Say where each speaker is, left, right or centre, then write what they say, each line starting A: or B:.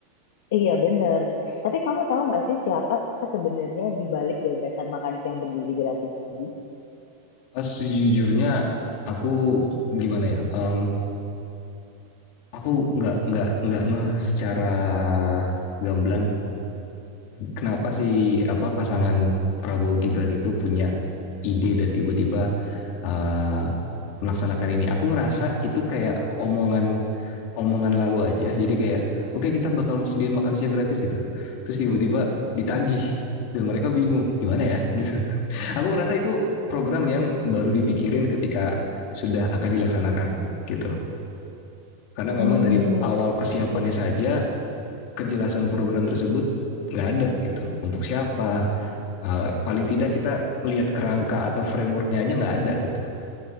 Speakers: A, on the left; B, on the left.
A: Iya benar. Tapi kamu tahu nggak sih siapa sebenarnya di balik gagasan makan siang bergizi gratis ini?
B: uh, sejujurnya aku gimana ya um, aku nggak nggak nggak ngeh secara gamblang kenapa sih apa pasangan Prabowo Gibran itu punya ide dan tiba-tiba uh, melaksanakan ini. Aku ngerasa itu kayak omongan omongan lalu aja. Jadi kayak oke okay, kita bakal sediain makan siang gratis gitu. Terus tiba-tiba ditagih dan mereka bingung gimana ya <laughs> gitu. Aku ngerasa itu program yang baru dipikirin ketika sudah akan dilaksanakan gitu. Karena
A: Hmm,
B: memang dari awal persiapannya
A: iya.
B: saja kejelasan program tersebut nggak ada gitu untuk siapa uh, paling tidak kita lihat kerangka atau frameworknya aja nggak ada gitu